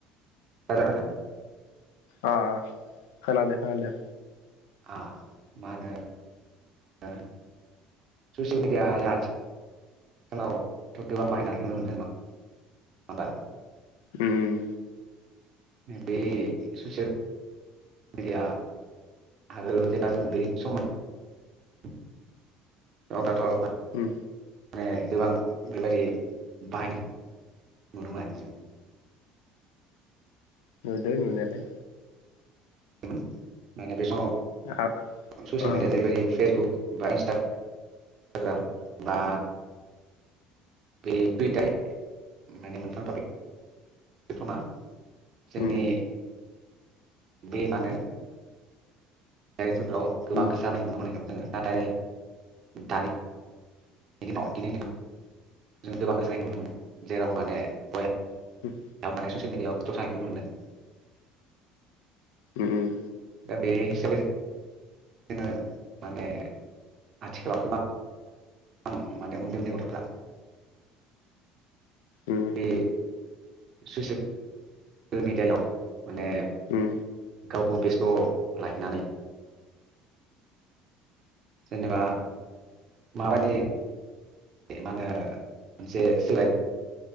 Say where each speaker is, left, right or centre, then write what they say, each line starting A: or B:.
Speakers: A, on the right (about 55°); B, on the left (about 80°).
A: रायलायनो हागोन।
B: ओ ओ खोनादों खोनादों।
A: आ मा होनो ओ ससियेल मिडियाया आथिखालावथ' गोबां बाहायलांनायखौ नुनो मोनदों नङा होमबा
B: उमम
A: बे ससियेल मेडिया आगोल जेब्ला जों उन्दै सममोन औ दाथ' मा
B: उम
A: माने गोबां बेबादि बाहायनायखौ नुनो मोनाखै जों।
B: नुदों नुनायालाय।
A: खैमोन माने बे समाव
B: आ
A: ससियेल
B: अ
A: मिडियाया जाहैबाय फेसबुक बा इन्सटा ग्राम बा बे टुइटार माने मोनथाम टपिक <unintelligible> जोंनि
B: उम
A: बे मा होनो? <unintelligible> गोबां
B: उम
A: गोसा होनायखौ नुनो मोनाखैमोन जोङो नाथाय दानि नि दिनाव दिनैनि दिनाव जों गोबां गोसो होनायखौ नुनो मोनदों जेराव माने ग
B: उम
A: <unintelligible> माने ससियेल मिडियाआव ज'स जानायखौ नुनो मोनदों।
B: उम उम
A: दा बे हिसाबै जों जोङो माने आथिखालाव गोबां ओं माने उन्दै उन्दै गथ'फ्रा
B: उम
A: बे सुइसाइडफोरनि दायाव माने
B: उम
A: गावखौ बेस्थ' लाखिनानै जेनेबा माबायदि बे मा होनो मोनसे सोलायनाय